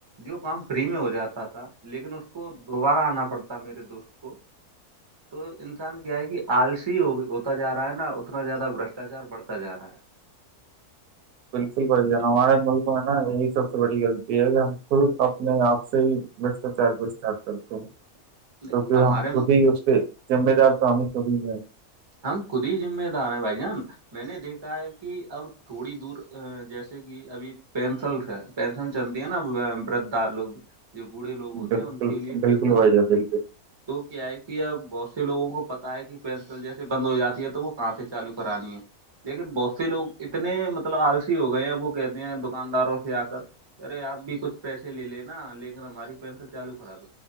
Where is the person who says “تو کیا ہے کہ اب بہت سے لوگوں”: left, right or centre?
Right